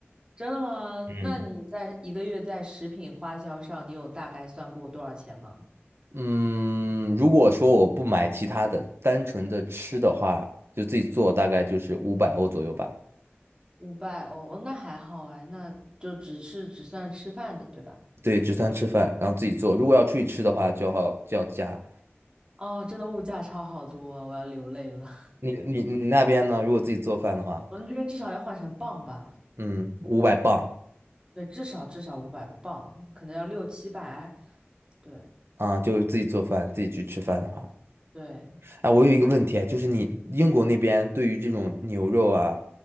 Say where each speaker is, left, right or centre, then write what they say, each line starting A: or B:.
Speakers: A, on the right; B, on the right.
A: 真的吗？
B: 嗯。
A: 那你在一个月在食品花销上，你有大概算过多少钱吗？
B: 嗯，如果说我不买其他的，单纯的吃的话，就自己做，大概就是五百欧左右吧。
A: 五百欧，哦，那还好哎，那就只是只算吃饭的，对吧？
B: 对，只算吃饭，然后自己做。如果要出去吃的话，就要就要加。
A: 哦，真的物价差好多啊，我要流泪了。
B: 你你你那边呢？如果自己做饭的话，
A: <laughs> 我们这边至少要换成磅吧？
B: 嗯，五百磅
A: 对，至少至少五百磅，可能要六七百。对
B: 啊，就是自己做饭，自己去吃饭的话，
A: 对，
B: 啊，我有一个问题啊，就是你英国那边对于这种牛肉啊、